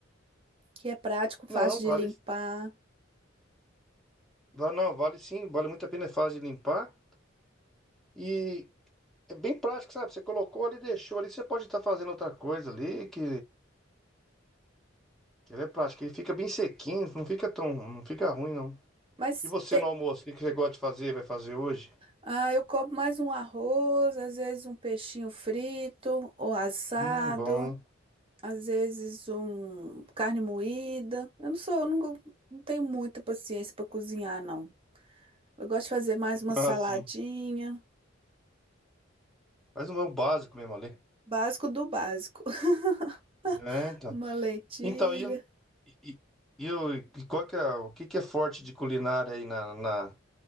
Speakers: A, on the right; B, in the centre.
A: que é prático,
B: Não,
A: fácil de
B: vale,
A: limpar.
B: vale, não, vale sim, vale muito a pena, é fácil de limpar. E é bem prático, sabe? Você colocou ali, deixou ali, você pode estar fazendo outra coisa ali, que. Que ele é prático, ele fica bem sequinho, não fica tão, não fica ruim não.
A: Mas
B: E você
A: te-
B: no almoço, o que que você gosta de fazer, vai fazer hoje?
A: ah, eu como mais um arroz, às vezes um peixinho frito ou assado,
B: Hum, bom, hein?
A: às vezes um carne moída. Eu não sou, eu não, não tenho muita paciência para cozinhar, não. Eu gosto de fazer mais uma saladinha,
B: Ah, sim. Mas não é o básico mesmo, ali.
A: básico do básico. <laughs>
B: É, então.
A: Uma lentilha.
B: Então, e, e, e, o- e qual que é, o que que é forte de culinária aí na, na,